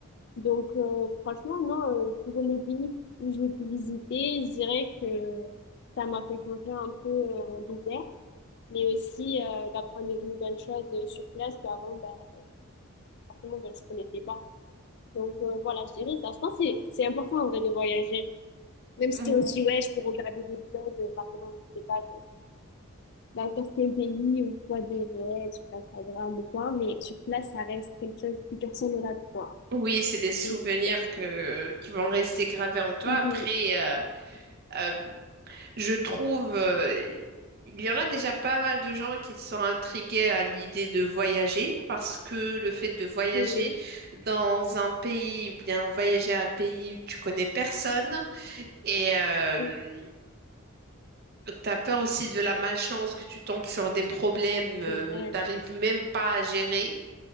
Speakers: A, on the left; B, on the right.
A: Donc, euh, franchement, non, euh, pour les pays où j'ai pu visiter, je dirais que ça m'a fait changer un peu euh, d'ouvert, mais aussi euh, d'apprendre de nouvelles choses euh, sur place qu'avant, bah, forcément, bah, je connaissais pas. Donc euh, voilà, je dirais ça. Je pense que c'est c'est important en vrai de voyager. Même si
B: Ou-
A: on se dit, ouais, je peux regarder des blogs, euh, par exemple, je sais pas, de- dans certains pays ou soit des réels sur Instagram ou quoi, mais sur place, ça reste quelque chose de plus personnel à toi.
B: Oui, c'est des souvenirs
A: C'est plus personnel.
B: que, qui vont rester gravés en toi.
A: Mhm.
B: Après, euh, euh, je trouve, euh, il y en a déjà pas mal de gens qui sont intrigués à l'idée de voyager parce que le fait de voyager
A: Mhm.
B: dans un pays ou bien voyager à un pays où tu connais personne et euh,
A: Mhm.
B: t'as peur aussi de la malchance que tu tombes sur des problèmes, euh,
A: C'est vrai,
B: t'arrives même pas à gérer.